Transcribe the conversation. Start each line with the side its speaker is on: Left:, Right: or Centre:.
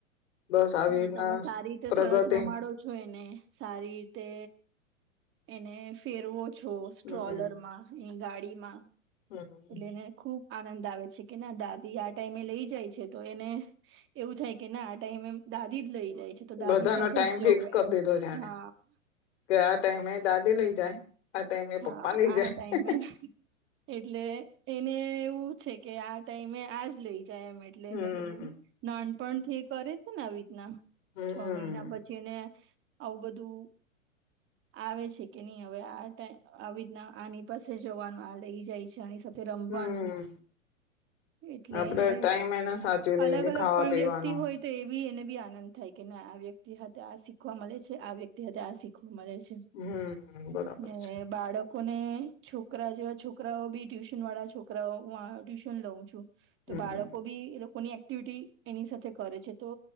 Left: બસ આવી
Right: ને
Left: રીતના
Right: તમે સારી રીતે
Left: પ્રગતિ
Right: સરસ રમાડો છો એને. સારી રીતે એને ફેરવો છો સ્ટ્રોલરમાં
Left: હમ
Right: એ ગાડીમાં
Left: હમ
Right: એટલે એને ખુબ આનંદ આવે છે કે ના દાદી આ ટાઈમે લઈ જાય છે તો એને એવું થાય કે ના આ ટાઈમ એમ દાદી જ લઈ જાય છે. તો દાદી
Left: બધાનો
Right: સાથે
Left: ટાઈમ
Right: જ જવું
Left: ફિક્સ કરી
Right: એમ
Left: દીધો જાણે
Right: હઅ
Left: કે આ ટાઈમે દાદી લઈ જાય. આ ટાઈમે
Right: હઅ
Left: પપ્પા લઈ
Right: આ
Left: જાય
Right: ટાઈમે એટલે એને એવું છે કે આ ટાઈમે આજ લઈ જાય એમે એટલે
Left: હમ
Right: એને પેલું નાનપણથી એ કરે છે ને આવી રીતના
Left: હમ
Right: છ મહિના પછી જેને આવું બધું આવે છે કે નહી હવે આ ટા આવી રીતના આની પાસે જવાનું આ લઈ જાય છે આની સાથે રમવાનું
Left: હમ
Right: એટલે
Left: આપડે
Right: એને
Left: ટાઈમ એને સાચવી લઈએ
Right: અલગ
Left: છીએ
Right: અલગ
Left: ખાવા
Right: પણ
Left: પીવાનો
Right: વ્યક્તિ હોય તો એવી એને બી આનંદ થાય કે ના આ વ્યક્તિ આ શીખવા મલે છે આ વ્યક્તિ આ શીખવા મળે છે.
Left: હમ્મ બરોબર
Right: ને
Left: છે
Right: બાળકોને છોકરા જેવા છોકરાઓ બી ટ્યુશન વાળા છોકરાઓ હું આ ટ્યુશન લઉં છું. તો
Left: હમ
Right: બાળકો બી એ લોકોની એક્ટિવિટી એની સાથે કરે છે તો